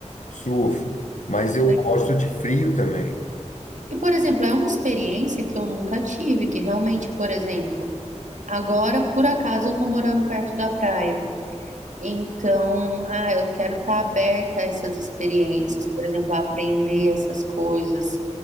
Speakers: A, on the left; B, on the right.
A: Surfo. Mas eu
B: É legal.
A: gosto de frio também.
B: E, por exemplo, é uma experiência que eu nunca tive, que realmente, por exemplo, agora por acaso eu tô morando perto da praia. Então, ah, eu quero estar aberta a essas experiências, por exemplo, a aprender essas coisas.